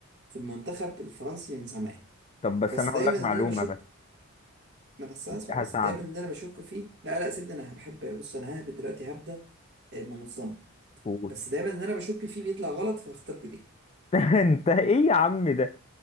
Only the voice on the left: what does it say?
طب بس
أنا
هقول لك معلومة
بس
هساعدك
قول
<laughs> أنت إيه يا عم ده